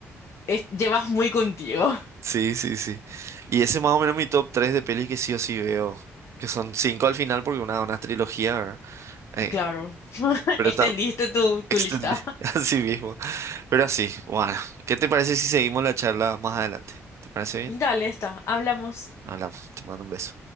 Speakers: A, on the left; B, on the right.
A: es- llevas muy contigo. <laughs>
B: Sí, sí, sí. Y ese es más o menos mi top 3 de pelis que sí o sí veo, que son 5 al final porque una, una trilogía, ¿verdad? Eh,
A: Claro. <laughs>
B: pero
A: Extendiste
B: está
A: tu, tu
B: extendida
A: lista. <laughs>
B: <laughs> así mismo. Pero así, bueno, ¿qué te parece si seguimos la charla más adelante? ¿Te parece bien?
A: Dale, está. Hablamos.
B: Hablamos, te mando un beso.